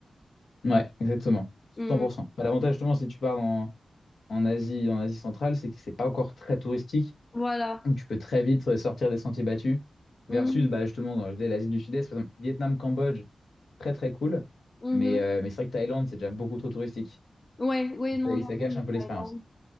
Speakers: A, on the left; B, on the left.
A: ouais, exactement. 100%.
B: Mm.
A: Bah, l'avantage, justement, c'est que tu pars en en Asie, en Asie centrale, c'est que c'est pas encore très touristique.
B: Voilà.
A: Donc tu peux très vite euh, sortir des sentiers battus.
B: Mhm.
A: Versus, bah, justement, dans dès l'Asie du Sud-Est, par exemple, Vietnam, Cambodge, très très cool.
B: Mhm.
A: Mais, euh, mais c'est vrai que Thaïlande, c'est déjà beaucoup trop touristique.
B: Ouais, ouais,
A: Et
B: non,
A: ça, et
B: j'avoue,
A: ça gâche
B: le
A: un
B: Thaïlande.
A: peu l'expérience.